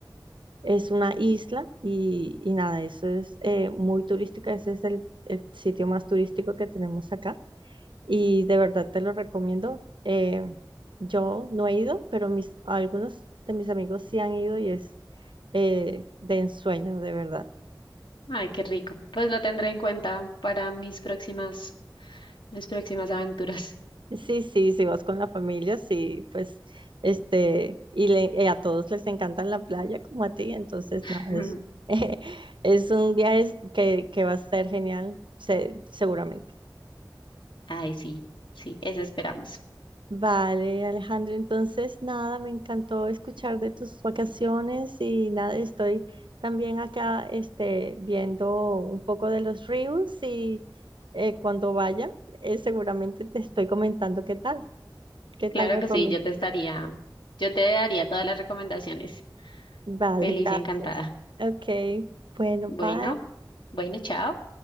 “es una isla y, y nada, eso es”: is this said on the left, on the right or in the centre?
Right